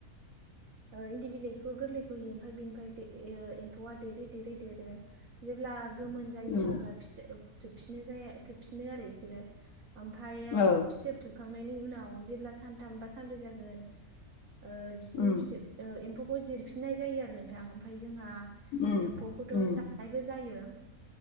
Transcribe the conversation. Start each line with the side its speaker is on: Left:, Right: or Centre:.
Right: ओ इन्दि बिलाइखौ गोरलैखौ होयो ओमफाय बेनिफाय दे एयो एम्फौआ देरै देरै देरो। जेब्ला गोमोन जायो
Left: उम
Right: अब्ला फिथोब थोबफिनो जाया थोबफिनो आरो बिसोरो ओमफायो
Left: औ
Right: फिथोब थोबखां थोबनायनि उनाव जेब्ला साथाम बा सानब्रै जागोन ओ बिसिनि
Left: उम
Right: फिथोब एम्फौखौ जिरफिननाय जायो आरो नोंथां। ओम जोंहा
Left: उम
Right: एम्फौखौथ'
Left: उम
Right: जानायबो जायो।